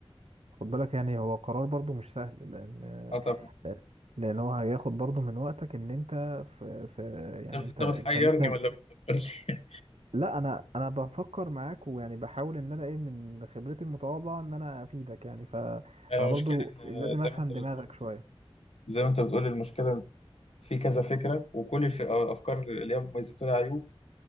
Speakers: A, on the right; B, on the left.
A: خد بالك يعني هو قرار برضو مش سهل لان
B: أه طبعا
A: آه، لان هو هياخد برضو من وقتك ان انت في, في يعني
B: أنت
A: انت
B: أنت
A: انت
B: بتحيرني
A: لسه
B: ولا بتفكر لي
A: لا انا انا بفكر معاك ويعني بحاول ان انا ايه من خبرتي المتواضعه ان انا افيدك يعني فانا
B: <laughs> المشكلة
A: برضو
B: إن آه،
A: لازم افهم
B: زي ما أنت
A: دماغك
B: بتقول
A: شويه
B: زي ما أنت بتقول المشكلة في كذا فكرة وكل الف- آه، الأفكار اللي هي مميزات ولها عيوب